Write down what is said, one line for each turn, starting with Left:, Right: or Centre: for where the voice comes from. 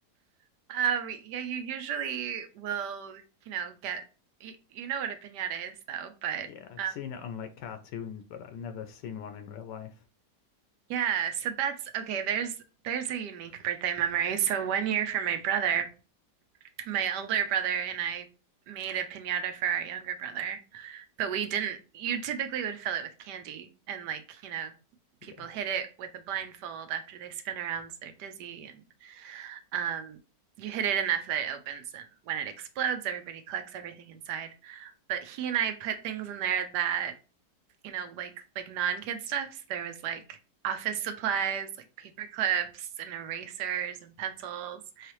Right: Um, yeah, you usually will, you know, get you, you know what a piñata is though, but
Left: Yeah, I've
Right: uh,
Left: seen it on like cartoons, but I've never seen one in real life.
Right: yeah, so that's okay. There's there's a unique birthday memory. So one year for my brother, my elder brother and I made a piñata for our younger brother, but we didn't. You typically would fill it with candy and like, you know,
Left: Yeah,
Right: people hit it with a blindfold after they spin around so they're dizzy and um you hit it enough that it opens and when it explodes, everybody collects everything inside. but he and I put things in there that, you know, like like non-kid stuffs. There was like office supplies, like paper clips and erasers and pencils,